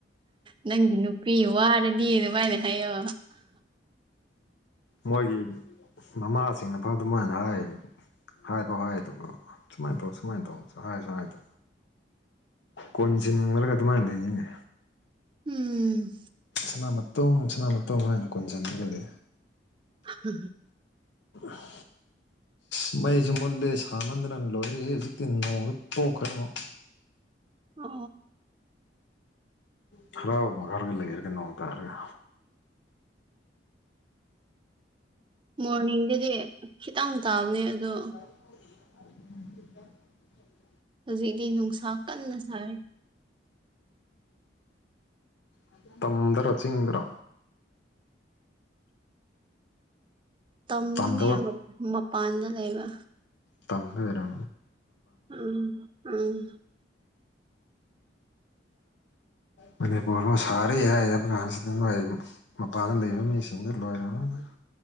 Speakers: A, on the right (about 25°); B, on the left (about 70°).
A: ꯅꯪꯗꯤ ꯅꯨꯄꯤ ꯋꯥꯔꯗꯤ ꯑꯗꯨꯃꯥꯏꯅ ꯍꯥꯏꯌꯣ
B: ꯃꯣꯏꯒꯤ ꯃꯃꯥꯁꯤꯡꯅꯄꯥ ꯑꯗꯨꯃꯥꯏꯅ ꯍꯥꯏ ꯍꯥꯏꯕ ꯍꯥꯏꯗ ꯁꯨꯃꯥꯏꯅ ꯇꯧ ꯁꯨꯃꯥꯏꯅ ꯇꯧ ꯍꯥꯏꯁꯨ ꯍꯥꯏꯗ ꯀꯣꯟꯁꯤꯟꯔꯒ ꯑꯗꯨꯃꯥꯏꯅ ꯂꯩꯁꯤꯅꯦ
A: ꯎꯝ
B: ꯁꯅꯥ ꯃꯇꯣꯝ ꯁꯅꯥ ꯃꯇꯣꯝ ꯑꯣꯏꯅ ꯀꯣꯟꯁꯤꯟꯂꯒꯗꯤ
A: ꯍꯝ
B: ꯍ ꯑ ꯃꯩꯁꯨ ꯃꯨꯂꯦ ꯁꯃꯟꯗꯅ ꯂꯣꯏꯔꯦ ꯍꯧꯖꯤꯛꯇꯤ ꯅꯣꯡꯁꯨ ꯇꯣꯛꯈ꯭ꯔꯦ ꯑꯃꯨꯛ
A: ꯑ
B: ꯊꯔꯥꯎ ꯃꯈꯉꯥꯔꯒ ꯂꯩꯔꯒ ꯅꯣꯡ ꯇꯔꯒ
A: ꯃꯣꯔꯅꯤꯡꯗꯗꯤ ꯈꯤꯇꯪ ꯇꯥꯕꯅꯦ ꯑꯗꯣ
B: <unintelligible>
A: ꯍꯧꯖꯤꯛꯇꯤ ꯅꯨꯡꯁꯥ ꯀꯟꯅ ꯁꯔꯦ
B: ꯑ ꯇꯝꯗꯔꯥ ꯆꯤꯡꯗ꯭ꯔ
A: ꯇꯝꯗꯅꯦ
B: ꯇꯝꯗꯕ
A: ꯃꯄꯥꯟꯗ ꯂꯩꯕ
B: ꯇꯝꯗꯔꯦ
A: ꯎꯝ ꯎꯝ
B: ꯃ ꯄꯔꯁ <unintelligible> ꯊꯥꯔ ꯍꯥꯏ ꯍꯥꯏꯕ ꯀꯥꯟꯁꯤꯗ ꯅꯣꯏ ꯃꯄꯥꯟꯗ ꯂꯩꯕ ꯃꯤꯁꯤꯡꯗ ꯂꯣꯏꯔꯝꯃꯅꯤ